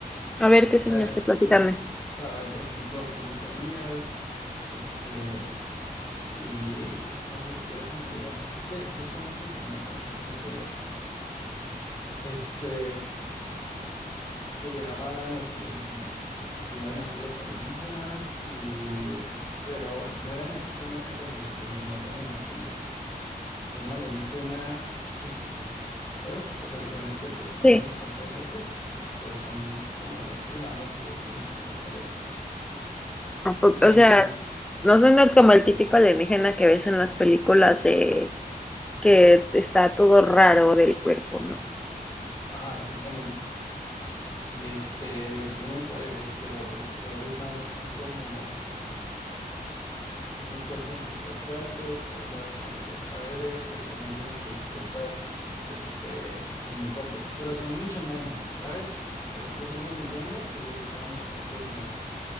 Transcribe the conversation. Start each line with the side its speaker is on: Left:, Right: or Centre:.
Centre: A ver, ¿qué
Left: O
Centre: soñaste?
Left: sea,
Centre: Platícame.
Left: que- saber, por ejemplo, qué es lo que harías, este, y no sé si estuvieras en mi lugar. Es que justamente soñé, por ejemplo, que, este, que llegaban los alienígenas, que llegaban aquí los alienígenas y pero no eran exactamente como los que nos muestran en las películas. Son alienígenas hecho nosotros, ¿sabes? O sea, literalmente pues son
Centre: Sí.
Left: extraterrestres, pero son como nosotros, nada más que ellos tienen superpoderes.
Centre: ¿A poco-
Left: Y,
Centre: O sea, no suena como el típico alienígena que ves en las películas de que está todo raro del cuerpo, ¿no?
Left: ajá, exactamente. Y este, tienen poderes, pero pues sus poderes nada más son como No sé, son súper fuertes, pueden ver a través de las paredes, pero también tienen como ciertas, este, limitantes, pero son mucho menos, ¿sabes? Nosotros somos millones ellos nada más son como,